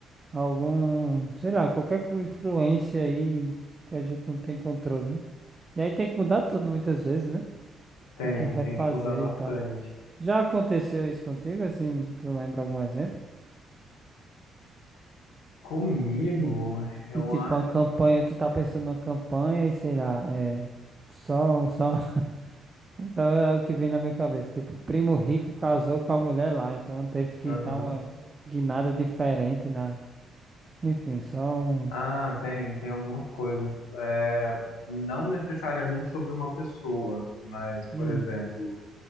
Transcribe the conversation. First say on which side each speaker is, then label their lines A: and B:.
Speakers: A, on the right; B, on the left.
A: algum, sei lá, qualquer co- influência aí que a gente não tem controle, né? E aí tem que mudar tudo muitas vezes, né?
B: Tem,
A: Tem que refazer
B: tem que mudar bastante.
A: e tal. Já aconteceu isso contigo, assim, tu lembra algum exemplo?
B: Comigo,
A: De,
B: eu
A: de tipo
B: acho.
A: uma campanha, tu tá pensando numa campanha e sei lá, é. Só, só, <laughs> só é o que vem na minha cabeça. Tipo, primo rico casou com a mulher lá, então teve que
B: Aham.
A: dar uma guinada diferente na. Enfim, só um.
B: Ah, tem, tem algumas coisas. É, não necessariamente sobre uma pessoa, mas,
A: Hum,
B: por exemplo,